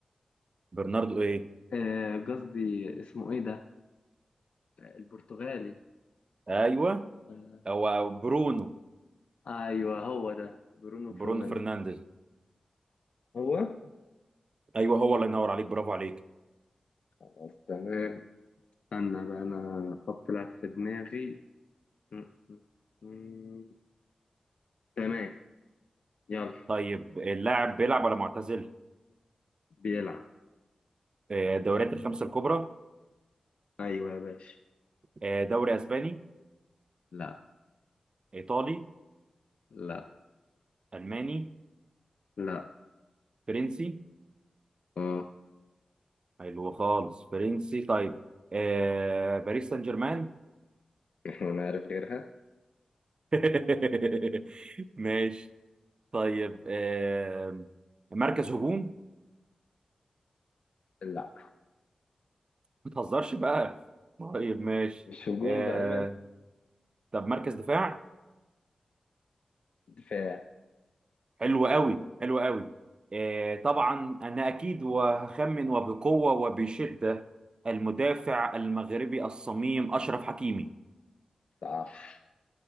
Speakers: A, on the right (about 45°); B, on the left (about 75°).
A: برناردو ايه
B: آه، قصدي اسمه ايه ده البرتغالي
A: ايوه
B: آه،
A: هو برونو
B: ايوه هو ده برونو فرنانديز
A: برونو فرنانديز
B: هو
A: ايوه هو الله ينور عليك برافو عليك
B: خلاص تمام استنى بقى انا احط لاعب في دماغي م- م- م- تمام يلا
A: طيب اللاعب بيلعب ولا معتزل
B: بيلعب
A: آه، دوريات الخمسه الكبرى
B: ايوه يا باشا
A: آه، دوري اسباني
B: لا
A: ايطالي
B: لا
A: الماني
B: لا
A: فرنسي
B: اه
A: حلو خالص فرنسي طيب آه، باريس سان جيرمان
B: احنا نعرف غيرها
A: <laughs> ماشي طيب آه مركز هجوم
B: لا
A: ما تهزرش بقى طيب ماشي
B: مش هجوم
A: آه
B: بأمل
A: طب مركز دفاع
B: دفاع
A: حلو قوي حلو قوي آه طبعا انا اكيد وهخمن وبقوه وبشده المدافع المغربي الصميم اشرف حكيمي
B: صح